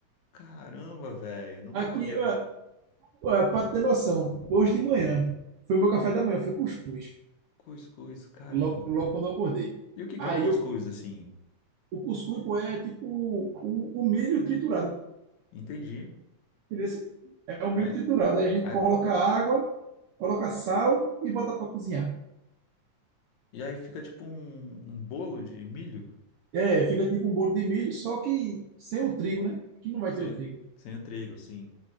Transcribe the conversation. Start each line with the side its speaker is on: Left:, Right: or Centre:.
Left: Caramba, velho. Nunca
Right: Aqui,
Left: comi. Eu-
Right: ah, ah, pra ter noção, hoje de manhã, foi meu café da manhã, foi cuscuz,
Left: Cuscuz, caramba.
Right: logo, logo quando eu acordei.
Left: E o que
Right: Aí
Left: que é o cuscuz,
Right: eu,
Left: assim?
Right: o cuscuz, pô, é tipo o, o milho triturado,
Left: Entendi.
Right: entendeu? é o milho
Left: Aí-
Right: triturado. Aí a gente
Left: aí-
Right: coloca água, coloca sal e bota para cozinhar.
Left: e aí fica tipo um, um bolo de milho
Right: É, fica tipo um bolo de milho, só que sem o trigo, né? Que não vai
Left: sem,
Right: ter o trigo,
Left: sem o trigo, assim.